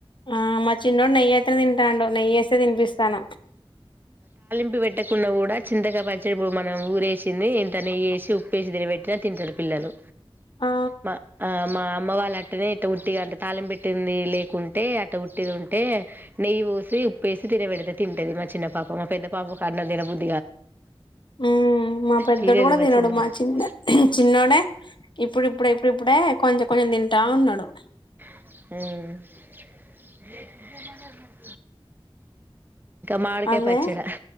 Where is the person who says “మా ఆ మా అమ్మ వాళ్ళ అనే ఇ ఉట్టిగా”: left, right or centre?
Right